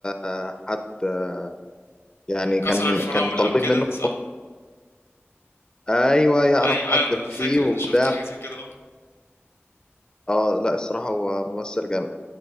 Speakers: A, on the left; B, on the left.
A: آه، حد آه، يعني كان
B: كسر الفرامل
A: كان طالبين
B: او كده
A: منه إن
B: صح
A: هو- ايوه يعرف
B: ايوه
A: حد
B: ايوه انا فاكر
A: فيه وبتاع
B: اني شفت حاجة زي كده اه
A: اه لا الصراحة هو ممثل جامد